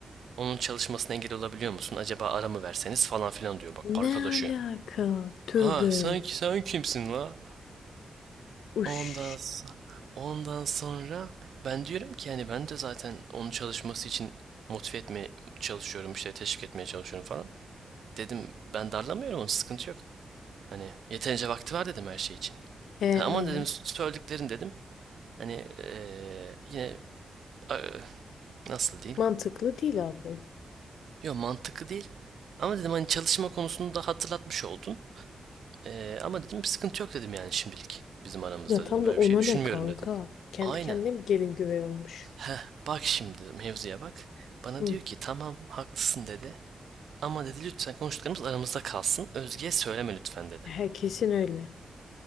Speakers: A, on the right; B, on the left.
A: onun çalışmasına engel olabiliyor musun? Acaba ara mı verseniz falan filan diyor bak
B: Ne
A: arkadaşı.
B: alaka? Tövbe.
A: Ha sen, sen kimsin la?
B: Uş.
A: Ondan, s- ondan sonra ben diyorum ki yani ben de zaten onun çalışması için motive etmeye çalışıyorum işte teşvik etmeye çalışıyorum falan. Dedim ben darlamıyorum onu sıkıntı yok. Hani yeterince vakti var dedim her şey için.
B: E,
A: Ha, ama
B: aynen.
A: dedim s- söylediklerin dedim hani eee, yine a- e, nasıl diyeyim?
B: Mantıklı değil abi.
A: Yok mantıklı değil. Ama dedim hani çalışma konusunu da hatırlatmış oldun. Eee, ama dedim sıkıntı yok dedim yani şimdilik bizim aramızda
B: Ya tam
A: dedim. Böyle
B: da ona
A: bir şey düşünmüyorum
B: ne kanka?
A: dedim.
B: Kendi
A: Aynen.
B: kendine mi gelin güvey olmuş?
A: Heh, bak şimdi mevzuya bak. Bana
B: Hı.
A: diyor ki tamam haklısın dedi. Ama dedi lütfen konuştuklarımız aramızda kalsın. Özge'ye söyleme lütfen dedi.
B: He, kesin öyle.